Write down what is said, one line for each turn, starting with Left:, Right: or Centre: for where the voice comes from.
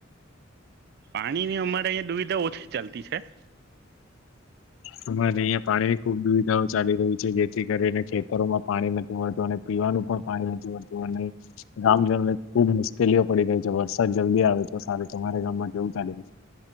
Right: પાણીની અમારે અંયા દુવિધા ઓછી ચાલતી છે
Left: તમારે અહીયા પાણીની ખુબ દૂવિ ધાઓ ચાલી રહી છે જેથી કરીને ખેતરોમાં પાણી નથી મળતું અને પીવાનું પણ પાણી નથી મળતું અને ગામજનોને ખુબ મુશ કેલીઓ પડી ગઈ જબર તો જલ્દી આવે તો સારું તમારા ગામમાં જવું છે આજે